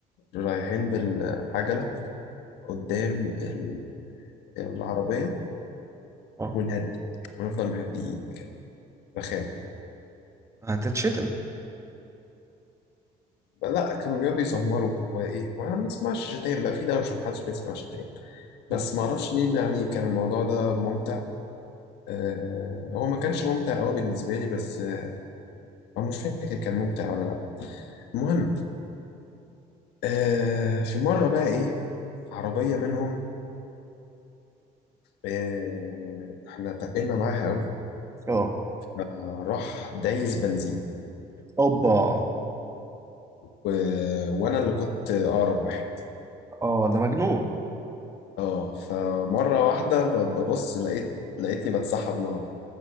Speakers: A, on the left; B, on the right.
A: رايحين بالعجلة قدام ال- العربية
B: اه
A: ونهدي ونفضل مهديين كده، رخام
B: آه. هتتشتم
A: لا كانوا بيقعدوا يزمروا وايه وانا ما بنسمعش شتايم بقى في دوشة محدش بيسمع شتايم بس
B: أه.
A: ما اعرفش ليه يعني كان الموضوع ده ممتع آه هو ما كانش ممتع قوي بالنسبة لي بس آه أنا مش فاكر كان ممتع ولا لا المهم آه في مرة بقى ايه عربية منهم آه احنا تقلنا معاها قوي
B: اه
A: آه، راح دايس بنزين
B: اوبا
A: و... وانا اللي كنت اقرب واحد
B: اه ده مجنون
A: اه فمره واحده ب- ببص لقيت لقيتني بتسحب لورا